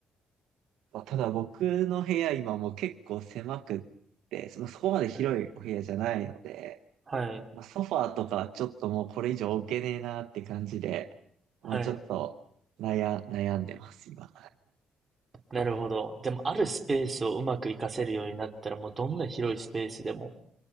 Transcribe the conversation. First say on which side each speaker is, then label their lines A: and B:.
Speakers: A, on the right; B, on the right.
A: まあ、ただ僕の部屋今もう結構狭くって、そのそこまで広いお部屋じゃないので、
B: うん。はい、
A: まあ、ソファーとかちょっともうこれ以上置けねえなって感じで、
B: はい。
A: まあちょっと悩、悩んでます、今。
B: なるほど。でも、あるスペースをうまく活かせるようになったら、もうどんな広いスペースでも、